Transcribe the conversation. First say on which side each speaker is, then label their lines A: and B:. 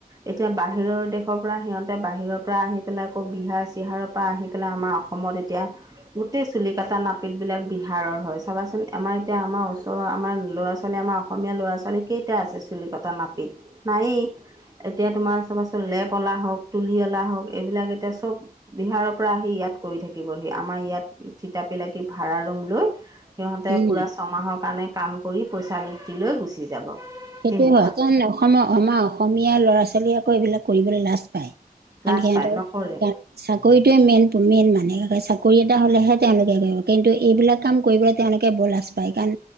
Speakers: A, on the right; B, on the right.
A: এতিয়া বাহিৰৰ দেশৰ পৰা সিহঁতে বাহিৰৰ পৰা আহি পেলাই আকৌ বিহাৰ চিহাৰৰ পৰা আহি পেলাই আমাৰ অসমৰ অসমত এতিয়া গোটেই চুলি কটা নাপিতবিলাক বিহাৰৰ হয় চাবাচোন আমাৰ এতিয়া আমাৰ ওচৰৰ আমাৰ ল'ৰা ছোৱালী আমাৰ অসমীয়া ল'ৰা ছোৱালী কেইটা আছে চুলিকটা নাপিত নায়েই, এতিয়া তোমাৰ চাবাচোন লেপ অলা হওক, তুলি অলা হওক এইবিলাক এতিয়া চব - বিহাৰৰ পৰা আহি ইয়াত কৰি থাকিবহি আমাৰ ইয়াত থিতাপি লাগি ভাড়া ৰুম লৈ - সিহঁতে
B: উম
A: পূৰা ছমাহৰ কাৰণে কাম কৰি পইচা লোতি লৈ গুচি যাব।
B: সেইটোৱে
A: তেনেকুৱা
B: হয়, কাৰণ অসমৰ আমাৰ অসমীয়া ল'ৰা ছোৱালীয়ে আক এইবিলাক কৰিবলৈ লাজ পায়। কাৰণ
A: লাজ
B: সিহঁতৰ
A: পায় নকৰে
B: - চাকৰিটোৱে মেইন, তুমি মানুহে কয় চাকৰি এটা হ'লেহে তেওঁলোকে কৰিব। কিন্তু এইবিলাক কাম - কৰিবলে তেওঁলোকে বৰ লাজ পাই, কাৰণ